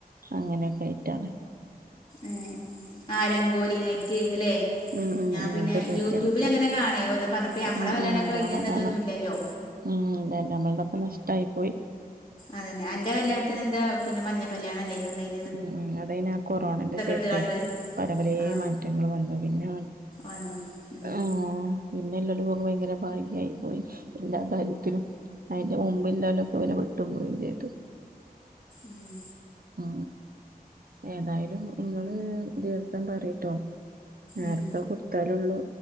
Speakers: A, on the right; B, on the left.
A: അങ്ങനെയൊക്കായിട്ടാണ്
B: ഏ ആ രംഗോലി നെയിറ്റ് ല്ലെ.
A: ഉം ഉം
B: ഞാൻ
A: അങ്ങനത്തെതൊക്കെയാണ്
B: പിന്നെ യൂട്യൂബിൽ
A: ഇപ്പൊ
B: അങ്ങനെ കാണേ ഓരോ പറഞ്ഞപ്പ ഞമ്മളെ
A: ഉം
B: കല്യാണൊകെ
A: ഉം
B: കഴിഞ്ഞപ്പ
A: കാണാം കാണാം
B: തൊന്നുല്ലല്ലോ.
A: ഉം ല്ല നമ്മളുടെൊക്കെ നഷ്ടായി പോയി.
B: അതന്നെ അന്റെ കല്യാണത്തിന് എന്താ പിന്ന മഞ്ഞ കല്യാണല്ലെ ഇണ്ടെയ്
A: ഉം ഉ അതൈ ന കൊറോണന്റെ ശേഷേ
B: ഇട്ടുകാണ്ട്
A: പല പലേ
B: ആ
A: മാറ്റങ്ങൾ വന്നു പിന്നെ
B: വന്നു ഉം
A: ആഹ് പിന്നെ ഉള്ളവർക്ക് ഭയങ്കര ഭാഗ്യായി പോയി എല്ലാ കാര്യത്തിലും. അതിന്റെ മുമ്പിലോ ലൊക്കെ അവനെ പെട്ടും പോയി ചെയ്തു.
B: ഉം
A: ഉ ഏതായാലും ഇങ്ങള് ദിവസം പറയിട്ടോ? നേരത്തെ
B: ഉം
A: കൊടുത്താലൊള്ളൂ.